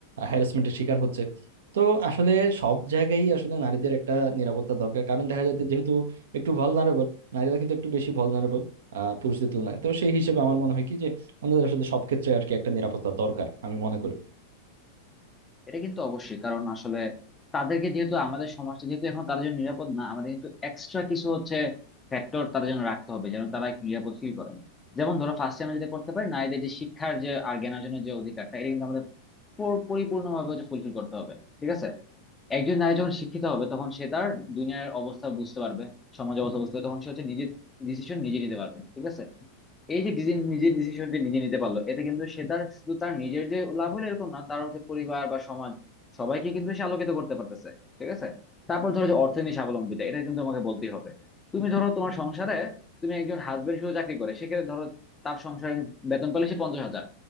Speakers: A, on the right; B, on the left.
A: হ্যারাসমেন্টের শিকার হচ্ছে তো আসলে সব জায়গায় আসলে নারীদের একটা নিরাপত্তা দরকার কারণ দেখা যাচ্ছে যেহেতু একটু ভালনারেবল নারীরা কিন্তু একটু বেশি ভালনারেবল আহ পুরুষদের তুলনায় তো সেই হিসেবে আমার মনে হয় কি যে আমাদের আসলে সব ক্ষেত্রে আর কি একটা নিরাপত্তা দরকার আমি মনে করি
B: এটা কিন্তু অবশ্যই কারণ আসলে তাদেরকে যেহেতু আমাদের সমাজটা যেহেতু এখন তাদের জন্য নিরাপদ না আমাদের কিন্তু এক্সট্রা কিছু হচ্ছে ফ্যাক্টর তাদের জন্য রাখতে হবে যেন তারা একটু নিরাপদ ফিল করেন যেমন ধরো ফার্স্টে আমরা যেটা করতে পারি নারীদের যে শিক্ষার যে আর জ্ঞানের জন্য যে অধিকারটা এটা কিন্তু আমাদের পুর- পরিপূর্ণভাবে হচ্ছে ফুলফিল করতে হবে ঠিক আছে একজন নারী যখন শিক্ষিত হবে তখন সে তার দুনিয়ার অবস্থা বুঝতে পারবে সমাজ অবস্থা বুঝতে পারবে তখন সে হচ্ছে নিজের ডিসিশন নিজে নিতে পারবে ঠিক আছে এই যে ডিসি- নিজের ডিসিশনটি নিজে নিতে পারলো এতে কিন্তু সে তার শুধু তার নিজের যে লাভ হলো এরকম না তার হচ্ছে পরিবার বা সমাজ সবাইকে কিন্তু সে আলোকিত করতে পারতেছে ঠিক আছে তারপর ধরো যে অর্থনীতি স্বাবলম্বিতা এটা কিন্তু তোমাকে বলতেই হবে তুমি ধরো তোমার সংসারে তুমি একজন হাজবেন্ড শুধু চাকরি করে সেক্ষেত্রে ধরো তার সংসারে বেতন পেলে সে পঞ্চাশ হাজার